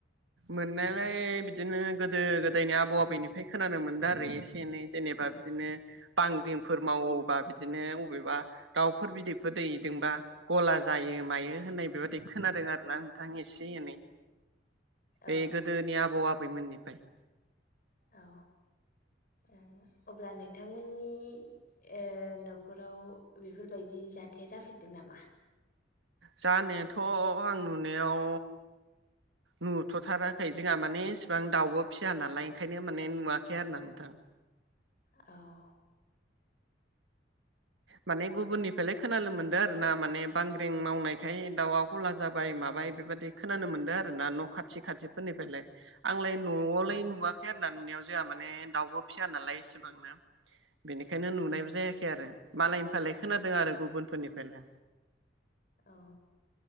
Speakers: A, on the right (about 80°); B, on the left (about 50°).
A: मोननायालाय बिदिनो गोदो गोदायनि आबौ आबैनिफ्राय खोनानो मोनदों आरो एसे एनै जेनेबा बिदिनो बांग्रिंफोर मावोबा बिदिनो अबेबा दाउफोर बिदैफोर दैदोंबा गला जायो मायो होननाय बेबायदि खोनादों आरोना नोंथां एसे एनै
B: औ
A: ओइ गोदोनि आबौ आबैमोननिफ्राय
B: औ ओम अब्ला नोंथांमोननि ए न'खराव बेफोरबायदि जाथाया जाफेरदों नामा?
A: जानायाथ' आं नुनायाव नुथ'थाराखै जोंहा माने इसिबां दाउबो फिया नालाय ओंखायनो माने नुवाखै आरो ना नोंथां।
B: औ
A: माने गुबुननिफ्रायलाय खोनानो
B: नों
A: मोनदों आरो आर ना माने बांग्रिं मावनायखाय दाउआ गला जाबाय माबाय बेबायदि खोनानो मोनदों आरोना न' खाथि खाथि फोरनिफ्रायलाय आंलाय न'आवलाय
B: औ
A: नुवाखै खै आरोना नुनायाव जाया माने दाउबो फिया नालाय इसिबांनो बेनिखायनो नुनायबो
B: औ
A: जायाखै। आरो मालायनिफ्रायलाय खोनादों
B: औ
A: आरो गुबुनफोरनिफ्रायलाय।
B: औ